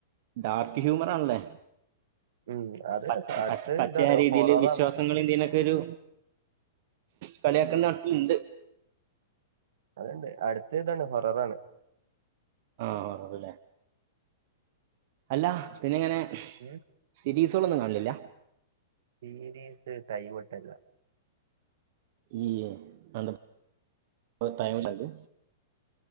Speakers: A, on the right; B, on the right.
A: ഡാർക്ക് ഹ്യൂമർ ആണ്ല്ലേ
B: ഉം അത്
A: പച്
B: രസാ അടുത്ത
A: പച് പച്ചയായ
B: ഇതാണ്
A: രീതിയില്
B: ഹൊററാണ്
A: വിശ്വാസങ്ങളില്ലീനൊക്കൊരു കളിയാക്കൽ നടത്ത്ന്ന്ണ്ട്
B: അത്ണ്ട് അടുത്ത ഇതാണ് ഹൊററാണ്
A: ആഹ് ആ അത്‌ലേ.. അല്ല പിന്നെ ഇങ്ങനെ,
B: ഉം
A: സിരീസുകളൊന്നും കാണലില്ല
B: സീരീസ് ടൈമ്ട്ടല്ല
A: ഇല്യേ, അതെന്താ ഒ ടൈമ്ട്ടാത്തെ